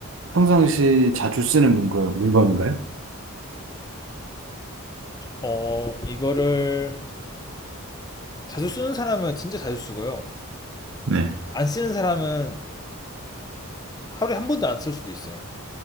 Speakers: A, on the right; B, on the left.
A: 평상시 자주 쓰는 물건, 물건인가요?
B: 어, 이거를 자주 쓰는 사람은 진짜 자주 쓰고요.
A: 네.
B: 안 쓰는 사람은 하루에 한 번도 안 쓸 수도 있어요.